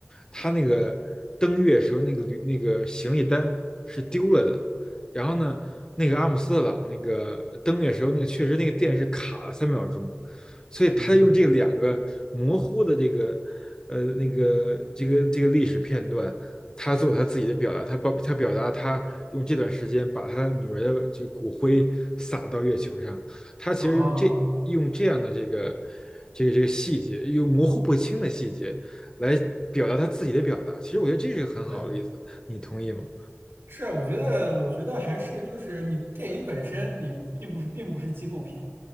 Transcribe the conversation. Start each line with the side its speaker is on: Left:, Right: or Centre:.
Left: 他那个登月时候那个旅那个行李单是丢了的，然后呢，那个阿姆斯特朗那个登月时候那个确实那个电是卡了三秒钟，所以他用这两个模糊的这个呃那个这个这个历史片段，
Right: 嗯，
Left: 他做他自己的表达，他表他表达他用这段时间把他女儿的这个骨灰撒到月球上，他其实用这用这样的这个
Right: 哦，
Left: 这个这个细节，用模糊不清的细节来表达他自己的表达。其实我觉得这是个很好的例子，
Right: 对。
Left: 你同意吗？
Right: 是，啊，我觉得，我觉得还是就是你电影本身，你并不是并不是纪录片，